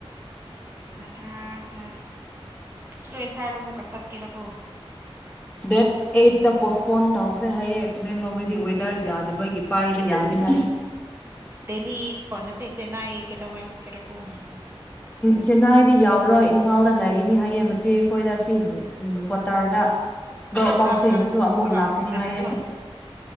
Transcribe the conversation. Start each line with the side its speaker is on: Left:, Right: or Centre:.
Right: ꯃꯥꯊꯥ ꯁꯥꯔꯦ ꯁꯣꯏ <unintelligible> ꯁꯥꯔꯗꯣ <unintelligible> ꯑꯃꯨꯛꯀ ꯆꯠꯀꯦꯔꯀꯣ
Left: ꯗꯦꯠ ꯑꯦꯠꯇ ꯄꯣꯁꯄꯣꯟ ꯇꯧꯈ꯭ꯔꯦ ꯍꯥꯏꯌꯦ ꯇꯃꯦꯡꯂꯣꯡꯒꯤꯗꯤ ꯋꯦꯗꯔ ꯌꯥꯗꯕꯒꯤ ꯄꯥꯏꯕ ꯌꯥꯗꯦ ꯍꯥꯏ
Right: ꯗꯦꯂꯤ ꯅꯠꯇꯦ ꯆꯦꯅꯥꯏ ꯀꯩꯗꯧꯉꯩ ꯆꯦꯠꯀꯔꯀꯣ ꯍꯥꯏꯕꯅꯤ
Left: ꯆꯦꯟꯅꯥꯏꯗꯤ ꯌꯥꯎꯔꯣꯏ ꯏꯝꯐꯥꯜꯗ ꯂꯩꯒꯅꯤ ꯍꯥꯏꯌꯦ ꯃꯆꯦꯈꯣꯏꯗ ꯁꯤꯜ ꯎꯝ ꯀ꯭ꯋꯥꯇꯥꯔꯗ ꯂꯣ ꯄꯥꯎꯁꯤꯡꯅꯁꯨ
Right: ꯃꯥ ꯑꯉꯥꯡ ꯄꯣꯛꯈ꯭ꯔꯒ
Left: ꯑꯃꯨꯛ ꯂꯥꯛꯀꯅꯤ
Right: ꯑꯃꯨꯛꯀ ꯆꯠꯂꯔꯣꯏ
Left: ꯍꯥꯏꯌꯦ